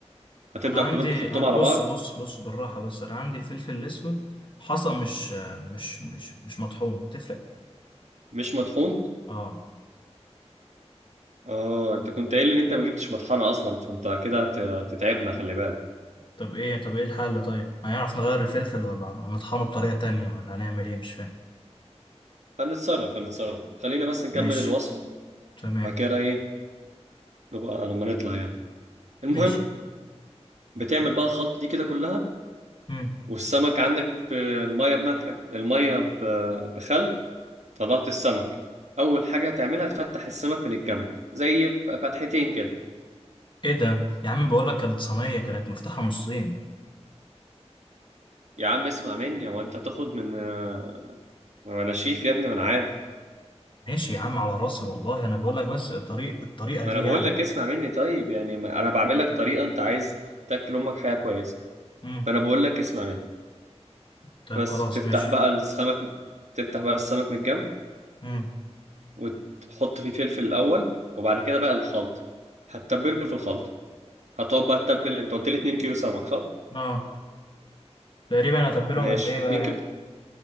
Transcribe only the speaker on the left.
أنا عندي
بص
بص بص بالراحة بس أنا عندي الفلفل الأسود حصى مش مش مش مش مطحون تفرق
اه
طب إيه طب إيه الحل طيب هنعرف نغير الفلفل ولا هنطحنه بطريقة تانية ولا هنعمل إيه مش فاهم
ماشي
تمام
ماشي
مم.
إيه ده يا عم بقولك كانت صينية كانت مفتوحة نصين
ماشي يا عم على راسي والله أنا بقولك بس الطريق الطريقة
دي
يعني
مم.
طيب
خلاص
ماشي
مم.
اه تقريبا اتبلهم
قد ايه بقى
يعني